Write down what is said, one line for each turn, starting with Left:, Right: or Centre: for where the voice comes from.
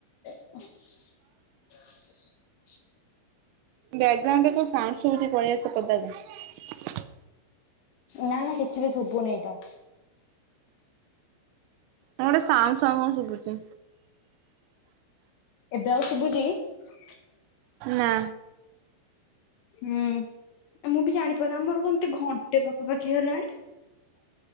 Left: <inaudible>
Right: ବ୍ୟାଗ୍ରାଉଣ୍ଡରେ କଣ ସାଉଣ୍ଡ ଶୁବୁଛି ପଳେଇ ଆସ ପଦାକୁ।
Left: ନା ନା କିଛି ବି ଶୁଭୁନେଇ ତ।
Right: କଣ ଗୋଟେ ସାଉଁ ସାଉଁ କଣ ଶୁଭୁଛି।
Left: ଏବେ ଆଉ ଶୁଭୂଚି କି?
Right: ନା
Left: ହୁଁ। ଆ ମୁଁ ବି ଜାଣିପାରୁନି ଆମର କଣ ଏମତି ଘଣ୍ଟେ ପାଖାପାଖି ହେଲାଣି।